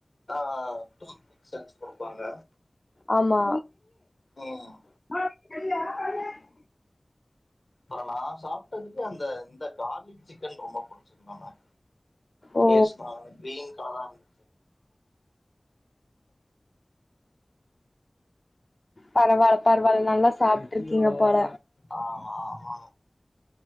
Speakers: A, on the left; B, on the left.
A: ஆ ஆ டூத் பிக்ஸ் சச்சு குடுப்பாங்க
B: ஆமா
A: ம்
B: <unintelligible>
A: அட நா சாப்டதுக்கு அந்த இந்த கார்லிக் சிக்கன் ரொம்ப புடிச்சது நம்ம
B: ஓ
A: பேஸ்னா அந்த கிரீன் கலரா இருந்
B: பரவால பரவால நல்லா சாப்ட்ருக்கீங்க போல
A: ஆம ஆமா